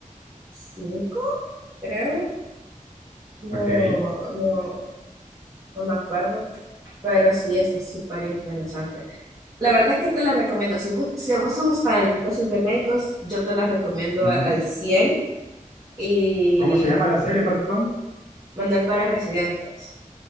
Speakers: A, on the right; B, on the left.
A: cinco, creo. No,
B: Ok.
A: no, no me acuerdo, pero sí, está súper interesante. La verdad es que te la recomiendo. Si, vos- si a vos te gustan las cosas de médicos, yo te las recomiendo
B: ujú.
A: a- al cien y
B: ¿Cómo se llama la serie, perdón?
A: Manual para residentes.